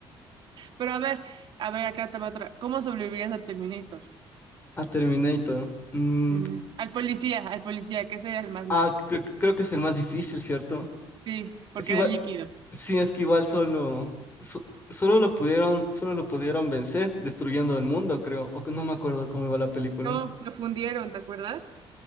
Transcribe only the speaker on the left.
A Terminator. Mm,
ah, cre- creo que es el más difícil, ¿cierto?
Es igual,
sí, es que igual solo, so- solo lo pudieron, solo lo pudieron vencer destruyendo el mundo, creo. O que no me acuerdo cómo iba la película.